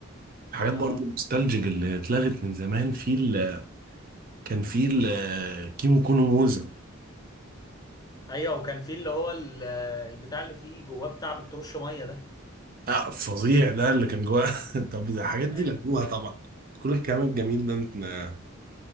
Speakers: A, on the right (about 45°); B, on the left (about 20°).
A: الحاجات
B: اه
A: برضو النوستالجيك اللي اتلغت من زمان في ال- كان في الكيمو كونو موزة
B: ايوه وكان في اللي هو ال- البتاع اللي فيه جواه بتاع بترش ميه ده
A: آه فظيع ده اللي كان جواه <laughs> طب ده الحاجات دي
B: ايوه
A: لغوها طبعا كل الكلام الجميل ده انت-